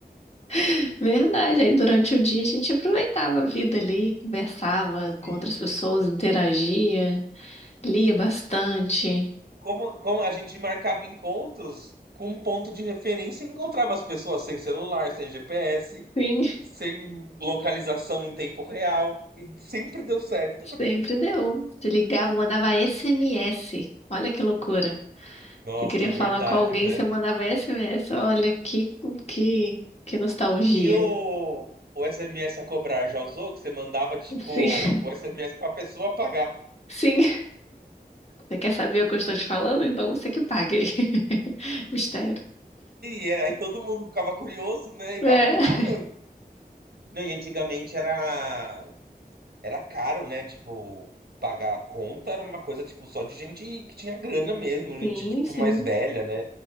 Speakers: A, on the left; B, on the right.
A: <laughs> verdade. Aí durante o dia a gente aproveitava a vida ali, conversava
B: Sim.
A: com outras pessoas, interagia, lia bastante.
B: Como, como a gente marcava encontros com um ponto de referência, e encontrava as pessoas sem celular, sem GPS,
A: Sim,
B: sem localização em tempo real, e sempre deu certo.
A: <laughs> sempre deu. Se ligava, mandava SMS. Olha que loucura.
B: Nossa,
A: Você queria falar
B: verdade,
A: com alguém,
B: né?
A: você mandava SMS. Olha que, que, que nostalgia.
B: E o, o SMS a cobrar já usou? Que você mandava, tipo,
A: Sim,
B: o SMS pra pessoa pagar.
A: <laughs> sim. Você quer saber o que eu estou te falando? Então você que pague. <laughs> Mistério.
B: E aí todo mundo ficava curioso, né? E
A: É.
B: acabava pagando. Não, e antigamente era Era caro, né? Tipo, pagar a conta era uma coisa, tipo, só de gente que tinha grana mesmo, gente,
A: Sim,
B: tipo,
A: sim.
B: mais velha, né?